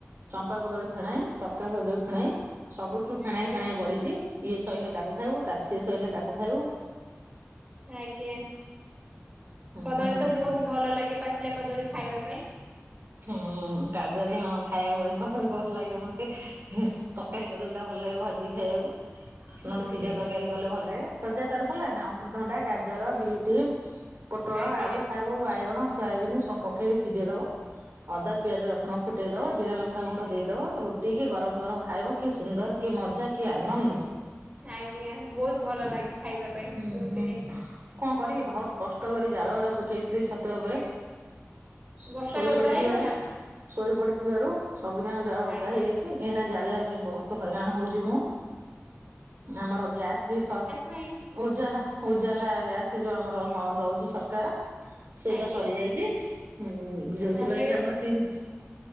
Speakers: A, on the right; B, on the right.
A: ଚମ୍ପା କଦଳୀ ଫେଣେ, ଚାରିଟା କଦଳୀ ଫେଣେ ସବୁଥିରୁ ଫେଣେ
B: ଆଜ୍ଞା
A: ଫେଣେ ପ ଡିଛି। ଇଏ ସଇଲେ ତାକୁ ଖାଇବୁ, ତାସ-ସିଏ ସଇଲେ ତାକୁ ଖାଇବୁ।
B: ଆଜ୍ଞା।
A: ହୁଁ
B: କଦଳୀ
A: ହୁଁ
B: ତ ବହୁତ ଭଲ ଲାଗେ ପା ଚିଲା କଦଳୀ ଖାଇବା ପାଇଁ।
A: ହଁ। ପାଗରେ ହଁ ଖାଇବା ପାଇଁ ଭଲ ଲାଗେ ମତେ। ତରକାରୀ କଦଳୀଟା ଭଲ ଲାଗେ ଭାଜିକି ଖାଇବାକୁ। ନହେଲେ
B: ହୁଁ
A: ସିଝା ତରକାରୀ କଲେ ଭଲ ଲାଗେ। ସଜ ତରକାରୀ ଭଲ ଲାଗେ ନା? ଅମୃତଭଣ୍ଡା, ଗାଜର, ବିଟ। ପୋଟଳ,
B: ଆଜ୍ଞା।
A: ଆଳୁ, ସାରୁ, ବାଇଗଣ, ସୋୟାବିିନ ସବୁ ପକେଇକି ସିଝେଇଦବ। ଅଦା, ପିଆଜ, ରସୁଣ ଫୁଟେଇଦବ। ଜିରା, ଲଙ୍କା ଗୁଣ୍ଡ ଦେଇଦବ। ରୁଟି କି ଗରମ ଗରମ ଖାଇବ। କି ସୁନ୍ଦର! କି ମଜା! କି ଆନନ୍ଦ!
B: ଆଜ୍ଞା। ବହୁତ ଭଲ ଲାଗେ ଖାଇବା ପାଇଁ
A: ହୁଁ
B: ରୁଟିରେ।
A: ହୁଁ କଣ କରିବି? ବହୁତ କଷ୍ଟ କରି ଜାଳଗୁରା ଶୁଖେଇଥିଲି ଛାତ ଉପରେ।
B: ବର୍ଷାରେ
A: ଶୋଇ
B: ଓଦା
A: ପଡିଥିବାରୁ
B: ହେଇଗଲା।
A: ଶୋଇ ପଡିଥିବାରୁ ସବୁଯାକ ଜାଳ ଓଦା
B: ଆଜ୍ଞା
A: ହେଇଯାଇଛି। ଏଇନା ଜାଳିବା ପାଇଁ ବହୁତ ହଇରାଣ ହଉଛି ମୁଁ। ଆମର ଗ୍ୟାସ୍ ବି ସ
B: ନାଇଁ।
A: ଉଜାଲା ଉଜାଲା ଗ୍ୟାସ ଯୋଉ ଆମର କଣ ଦଉଛି ସରକାର। ସେଇଟା
B: ଆଜ୍ଞା।
A: ସରି ଯାଇଛି। ଉଁ ଯୋଉଥିପାଇଁ
B: ତାହେଲେ
A: କି ଆମ ତିନି